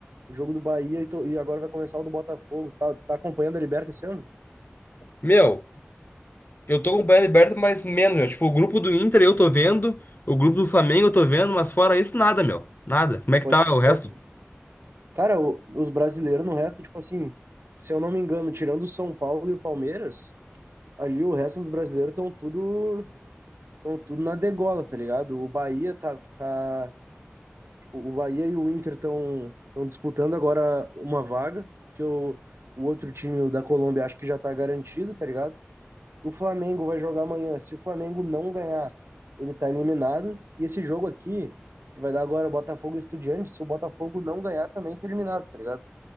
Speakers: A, on the right; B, on the left.
A: o jogo do Bahia, e, tô- e agora vai começar o do Botafogo, Tá, Tu tá acompanhando a Liberta esse ano?
B: Meu, eu tô acompanhando a Liberta, mas menos, meu. Tipo, o grupo do Inter eu tô vendo, o grupo do Flamengo eu tô vendo, mas fora isso, nada, meu. Nada. Como é que
A: Pode
B: tá
A: crer.
B: o resto?
A: Cara, o- os brasileiros no resto, tipo assim, se eu não me engano, tirando o São Paulo e o Palmeiras, ali o resto dos brasileiros estão tudo, estão tudo na degola, tá ligado? O Bahia tá, tá O o Bahia e o Inter estão estão disputando agora uma vaga, porque o, o outro time, o da Colômbia, acho que já tá garantido, tá ligado? O Flamengo vai jogar amanhã. Se o Flamengo não ganhar, ele tá eliminado. E esse jogo aqui, que vai dar agora Botafogo e Estudiantes, se o Botafogo não ganhar, também tá eliminado, tá ligado?